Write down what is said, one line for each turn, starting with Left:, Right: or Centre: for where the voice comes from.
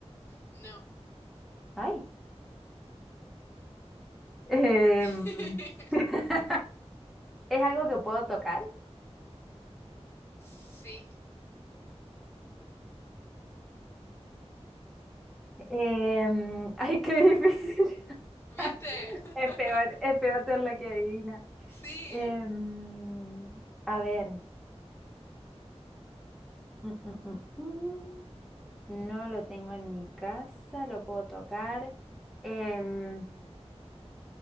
Left: no.
Centre: Ay. Em,
Left: <laughs>
Centre: <laughs> es algo que puedo tocar.
Left: Sí.
Centre: Em, <laughs> ay, qué difícil.
Left: ¿Viste?
Centre: <laughs>
Left: <laughs>
Centre: Es peor, es peor ser la que adivina.
Left: Sí.
Centre: Em, a ver. Mm, mm, mm, mm. No lo tengo en mi casa, lo puedo tocar. Em,